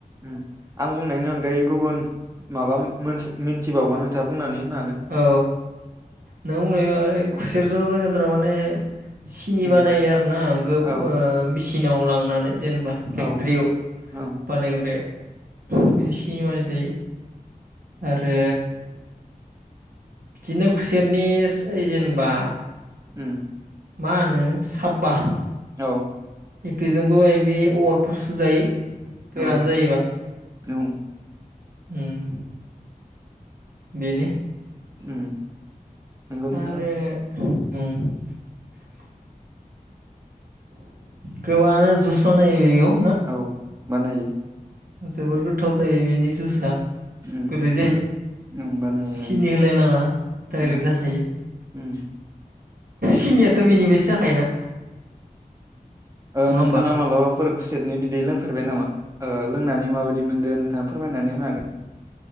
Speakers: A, on the right; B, on the right.
A: उम आं बुंनायनि अनगायै गुबुन माबा मोन मोनस मिन्थिबावगोन नोंथाङा बुंनानै होनो हागोन
B: औ नों बुंनाय खुसेरजों जोङो फोराव माने सिनि
A: उम
B: बानायो आरो ना गोब
A: औ
B: ओ मिसि सिनाव लांनानै जेनेबा
A: औ
B: फेक्ट्रियाव
A: औ
B: बानायग्राया
A: उम
B: बिदि सिनि बानाय जायो। आरो बिदिनो खुसेरनि सो जेनेबा
A: उम
B: मा होनो साबा
A: औ
B: एफेजोंबो बे अरफोर सुजायो
A: औ
B: गोरान जायोबा
A: औ
B: उम बेनो
A: उम
B: आरो
A: नंगौ नोंथां
B: उम गोबांङानो जुस बानायो बेखौ
A: औ बानायो
B: जोबोर गोथाव जायो बेनि जुसआ
A: उम
B: गोदै जायो
A: उम बानायो
B: सिनि
A: नंगौ
B: होलायनाङा डाइरेक्ट
A: उम
B: जाखायो
A: उम
B: सिनियाथ' बेनिफायसो जाखायोना
A: औ
B: नङा
A: नोंथाङा
B: होमबा
A: मालाबाफोर कुसेतनि बिदै लोंफेरबाय नामा ओ लोंनानै माबायदि मोनदो नोंथाङा फोरमायनानै होनो हागोन?